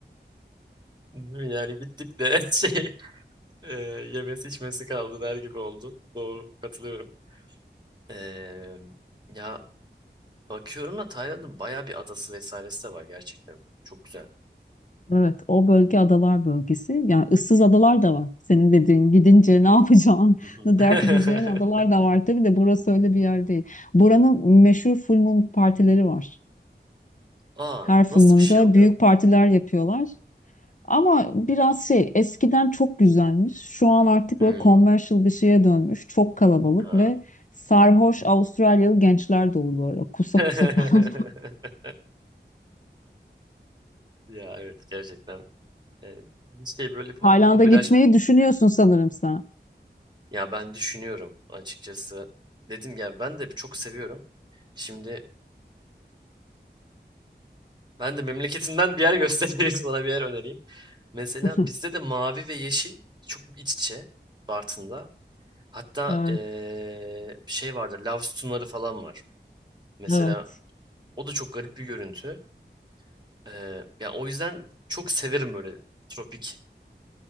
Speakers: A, on the right (about 25°); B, on the left (about 45°).
A: Yani gittik de <laughs> şey e, yemesi içmesi kaldı der gibi oldu. Doğru katılıyorum. Eee, ya bakıyorum da Tayland'ın bayağı bir adası vesairesi de var gerçekten. Çok güzel.
B: Evet, o bölge adalar bölgesi. Yani ıssız adalar da var. Senin dediğin gidince ne yapacağını
A: Hı hı.
B: <laughs> dert
A: <laughs>
B: edeceğin adalar da var. Tabii de burası öyle bir yer değil. Buranın meşhur full moon partileri var.
A: Aa
B: Her full
A: nasıl
B: moon'da
A: bir şey oluyor?
B: büyük partiler yapıyorlar. Ama biraz şey eskiden çok güzelmiş. Şu an artık
A: Hmm.
B: böyle commercial bir şeye dönmüş. Çok kalabalık
A: Ha.
B: ve sarhoş Avustralyalı gençler dolu böyle. Kusa
A: <laughs>
B: kusa falan.
A: Ya evet gerçekten yani bir şey böyle
B: <laughs>
A: hafif
B: Tayland'a
A: popüler
B: gitmeyi düşünüyorsun sanırım sen.
A: ya ben düşünüyorum açıkçası dedim ya ben de çok seviyorum şimdi Ben de memleketinden bir yer göstereyim <laughs> sana bir yer önereyim. Mesela
B: <laughs>
A: bizde de mavi ve yeşil çok iç içe Bartın'da. Hatta
B: Evet,
A: eee, şey vardır lav sütunları falan var. Mesela
B: evet.
A: o da çok garip bir görüntü. Eee yani o yüzden çok severim böyle tropik